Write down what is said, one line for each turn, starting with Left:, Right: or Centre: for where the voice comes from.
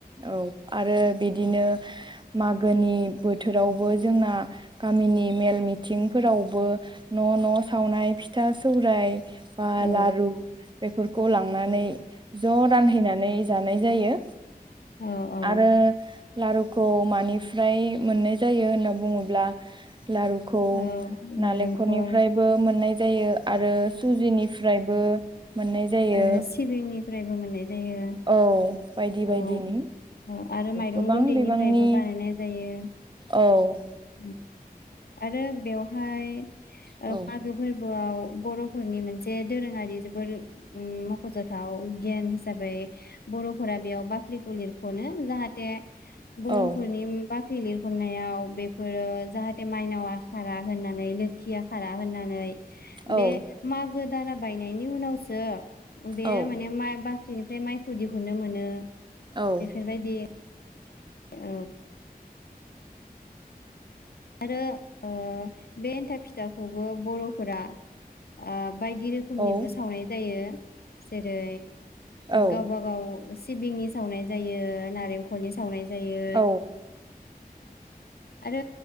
Right: औ आरो बिदिनो मागोनि बोथोरावबो जोंना गामिनि मेल मिथिंफोरावबो न' न' सावनाय फिथा सौराय बा
Left: औ
Right: लारु बेफोर खौ लांनानै ज रानहैनानै जानाय जायो।
Left: औ औ
Right: आरो लारुखौ मानिफ्राय मोननाय जायो होनना बुङोब्ला लारुखौ
Left: औ
Right: नालेंखलनिफ्रायबो
Left: नारेंखल
Right: मोननाय जायो। आरो सुजिनिफ्रायबो मोननाय जायो
Left: आरो सिबिंनि। फ्रायबो मोननाय। जायो
Right: औ बायदि बायदिनि
Left: औ औ आरो माइरं
Right: गोबां
Left: गुन्दैनिफ्रायबो
Right: बिबांनि
Left: बानायनाय जायो।
Right: औ
Left: आरो बेवहाय मागो
Right: औ
Left: फोरबोआव बर' फोरनि मोनसे दोरोङारि जोबोर ओम मखजाथाव गियान हिसाबै बरफोरा बेयाव बाख्रिखौ लिरखनो जाहाथे बरफोरनि
Right: औ
Left: मोनबा थै लिरहरनायाव बेफोरो जाहाथे माइनावआ खारा होननानै लोखिआ खारा होननानै
Right: औ
Left: बे मा गोदाना बायनायनि उनावसो बे
Right: औ
Left: माने मा बा ख्रिनिफ्राय माइखौ दिहुनो मोनो
Right: औ
Left: बेफोरबायदि औ आरो ओ बे एन्थाब फिथाखौबो बरफोरा ओ बायदि रोखोमनिबो
Right: औ
Left: सावनाय जायो जेरै
Right: औ औ
Left: गावबा गाव सिबिंनि सावनाय जायो नारेंखलनि सावनाय जायो
Right: औ
Left: आरो